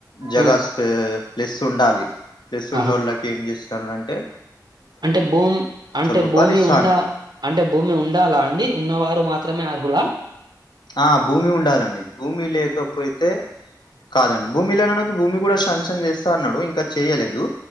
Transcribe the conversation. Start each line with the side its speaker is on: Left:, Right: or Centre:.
Left: జగస్
Right: ఆ
Left: ప్లస్ ఉండాలి. ప్లస్
Right: ఆహా
Left: ఉంన్నోలక్కి ఏం చేస్తున్న రంటే
Right: అంటే భూమి అంటే
Left: రూపాయలు
Right: భూమి
Left: ఇస్తా
Right: ఉండ
Left: అన్నాడు
Right: అంటే భూమి ఉండాలా అండి ఉన్నవారు మా త్రమే అర్హులా.
Left: ఆ భూమి ఉండాలండి. భూమి లేకపోతే కాదండి. భూమి లేనోల్లకు భూమి కూడా సాంక్షన్ చేస్తా అన్నాడు ఇంకా చెయలేదు.